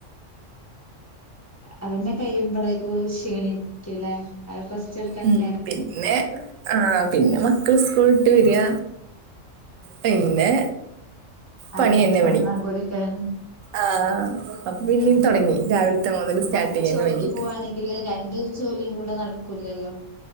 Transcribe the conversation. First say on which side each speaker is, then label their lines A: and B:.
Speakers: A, on the left; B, on the right.
A: അതന്നെ കഴിയുമ്പോളേക്ക് ക്ഷീണിക്കില്ലേ അപ്പ റസ്റ്റ് എടുക്കാനേ
B: ഉം
A: നേ
B: പിന്നെ ആഹ് പിന്നെ മക്കള് സ്കൂളിട്ട് വരിക പിന്നെ പണിയന്ന
A: അവർക്ക് തിന്നാൻ
B: പണി
A: കൊടുക്കാൻ
B: ആഹ് അപ്പൊ പിന്നേം
A: അതെ
B: തൊടങ്ങി രാവിലത്തെ മുതൽ സ്റ്റാർട്ട്
A: പുറത്ത്
B: ചെയ്യാൻ
A: ജോലിക്ക്
B: വൈകിട്ട്
A: പോവാണെങ്കില് രണ്ട് ജോലിയും കൂടെ നടക്കൂലല്ലോ